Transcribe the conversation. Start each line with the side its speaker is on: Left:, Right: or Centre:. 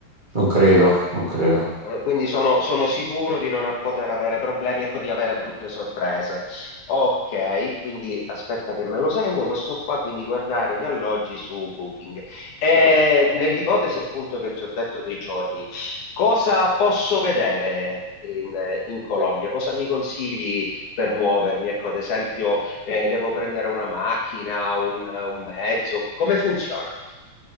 Right: non credo, non credo.
Left: Eh, Quindi sono, sono sicuro di non poter avere problemi, ecco, di avere brutte sorprese. Ok, quindi aspetta che me lo segno questo qua, quindi guardare gli alloggi su Booking. E nell'ipotesi appunto che ti ho detto dei giorni, cosa posso vedere in, in Colombia? Cosa mi consigli per muovermi? Ecco, ad esempio, eh, devo prendere una macchina, un, un mezzo, Co- come funziona?